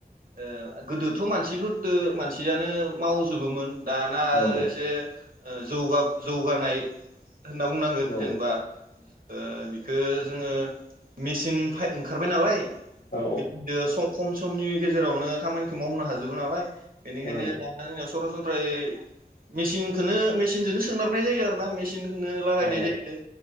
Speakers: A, on the right (about 60°); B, on the left (about 85°).
A: ओ गोदोथ' मानसिफोरदो मानसियानो मावजोबोमोन दाना
B: औ
A: ओ एसे ओ जौगा-जौगानाय होनना बुंनांगो जेनबा
B: औ
A: ओ बिखो जोङो मेचिन फाय ओंखारबाय नालाय
B: औ
A: बिदिनो सं खम समनि गेजेरावनो खामानिखौ मावनो हाजोबो नालाय बेनिखायनो
B: उम
A: दा जोंनियाव सरासन ओमफ्राय मेसिनखौनो मेसिनजोंनो सोनारनाय जायो आरो ना मे सिनखोनो लागायनाय
B: औ
A: जायो।